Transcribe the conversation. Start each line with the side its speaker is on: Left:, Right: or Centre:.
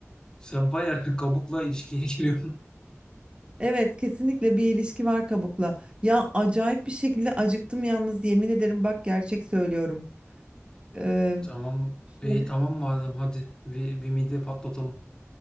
Left: Sen bayağı <laughs> kabukla ilişkiye giriyorsun.
Right: Evet kesinlikle bir ilişki var kabukla. Ya acayip bir şekilde acıktım yalnız yemin ederim bak gerçek söylüyorum. Ee,
Left: <laughs> Tamam. İyi
Right: şöyle-
Left: tamam madem hadi bir, bir midye patlatalım.